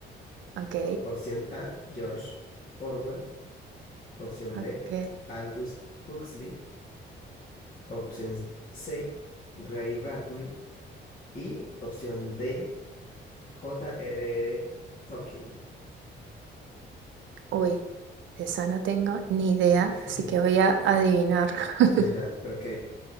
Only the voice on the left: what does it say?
O- Opción A, George Orwell. Opción
B, Aldous Huxley. Opción C, Ray Bradbury. Y opción D, J.R.R. Tolkien.
<laughs>
Ajá, ok.